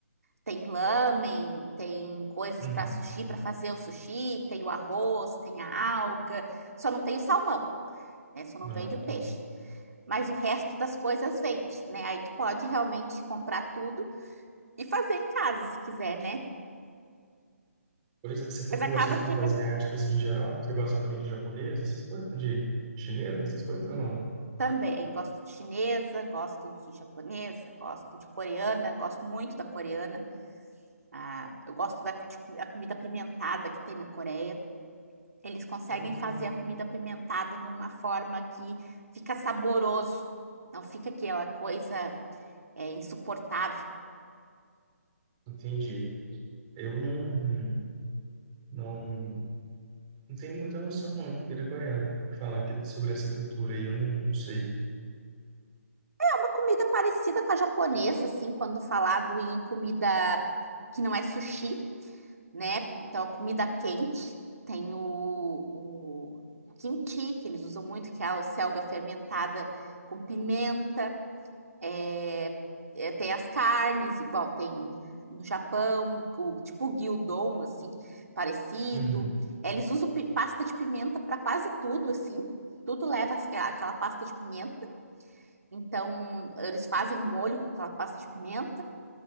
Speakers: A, on the right; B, on the right.
A: tem lamen, tem coisas
B: Uhum.
A: para sushi, para fazer o sushi, tem o arroz, tem a alga, só não tem o salmão, né? Só
B: Não,
A: não vende o peixe
B: bom.
A: mas o resto das coisas vende, né? Aí tu pode realmente comprar tudo e fazer em casa se quiser, né?
B: Pois é, você falou
A: Mas
B: que
A: acaba
B: gosta de comida
A: que é minha...
B: asiática assim em geral. Você gosta também de japonesa essas coisas, de chinesa essas coisas ou não?
A: também gosto de chinesa, gosto de japonesa, gosto de coreana, gosto muito da coreana. Ah, eu gosto da de, a comida pimentada que tem na Coreia. Eles conseguem
B: Eu não tenho,
A: fazer a comida pimentada de uma forma que fica saboroso, não fica aquela coisa é, insuportável.
B: entendi. Eu não, não, não tenho muita noção não de comida coreana. Falar que, sobre essa cultura aí, eu não, não sei.
A: É uma comida parecida com a japonesa, assim, quando falado em comida que não é sushi, né? Então, a comida quente. Tem o, o, o kimchi, que eles usam muito, que é a selga fermentada com pimenta. É, é, tem as carnes, igual tem no Japão, o, tipo o gyudon, assim, parecido.
B: Uhum,
A: É, Eles usam pi- pasta de pimenta para quase tudo, assim. Tudo leva as- aquela pasta de pimenta. Então, eles fazem molho com aquela pasta de pimenta.